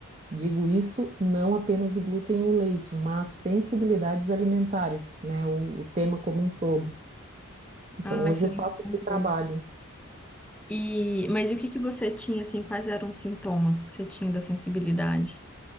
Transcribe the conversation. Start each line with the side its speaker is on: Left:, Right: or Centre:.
Right: Digo isso não apenas o glúten e o leite, mas sensibilidades alimentares, né? O, o tema como um todo. Então,
Centre: Ai,
Right: hoje
Centre: você
Right: eu faço
Centre: não me
Right: esse
Centre: contou.
Right: trabalho.
Centre: E, mas e o que que você tinha, assim, quais eram os sintomas que você tinha da sensibilidade?